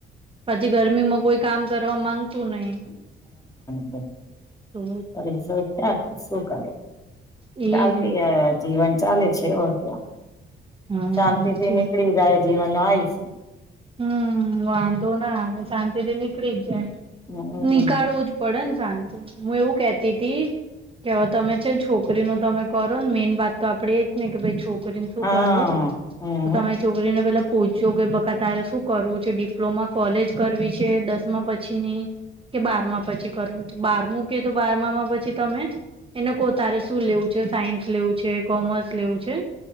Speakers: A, on the right (about 25°); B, on the left (about 15°).
A: પછી ગરમીમાં કોઈ કામ કરવા માંગ તું નહી
B: હમ.
A: તો
B: પરસો ક્યાંક કેન્સલ કરીએ.
A: એજ
B: ચાલતી હ જીવન ચાલે છે ઓર ક્યાં
A: હા સાચી
B: શાંતિ થી
A: વાત
B: નીકળી જાય. જીવન આઈસ
A: હમ વાંધો ના શાંતિથી નીકળી જાય.
B: હમ
A: નીકાળવું જ પડે ને. શાંતિ હું એવું કેહેતી તી કે હવે તમે છે ને છોકરી નો તમે કરો ને મેઈન વાત તો આપડે એ જ ને કે ભઈ છો. રીને શું
B: હા
A: કરવું
B: હમ
A: તો તમારી છોકરીને પેલા પૂઇછું કે બકા તારે શું કરવું છે ડિપ્લોમા કોલેજ કરવી છે દસમા પછી ની કે બારમા પછી કરવું બારમું કે તો બારમામાં પછી તમે એને કો તારે શું લેવું છે સાયન્સ લેવું છે કોમર્સ લેવું છે